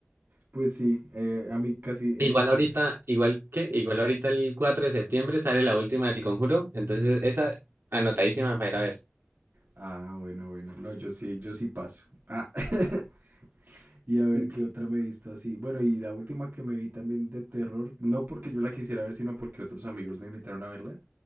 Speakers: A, on the right; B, on the right.
A: Pues sí, eh, a mí casi eh,
B: Igual ahorita,
A: por eso.
B: igual que, igual ahorita el 4 de septiembre sale la última del Conjuro, entonces esa anotadísima para ir a ver.
A: Ah, bueno, bueno. No, yo sí, yo sí paso. Ah, <laughs> y a ver
B: N-
A: qué otra me he visto así. Bueno, y la última que me vi también de terror, no porque yo la quisiera ver, sino porque otros amigos me invitaron a verla,